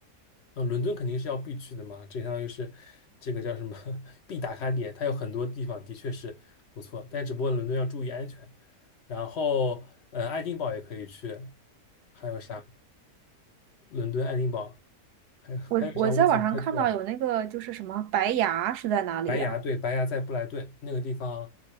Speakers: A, on the left (about 55°); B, on the right (about 90°).
A: 啊，伦敦肯定是要必去的嘛，这相当于是这个叫什么 <laughs> 必打卡点，它有很多地方的确是不错，但只不过伦敦要注意安全。然后，呃，爱丁堡也可以去，还有啥？伦敦、爱丁堡，还有还有啥？
B: 我我在网上看到有那个就是什么白牙是在哪里呀、
A: 我想不太出来。白崖，对，白崖在布莱顿那个地方，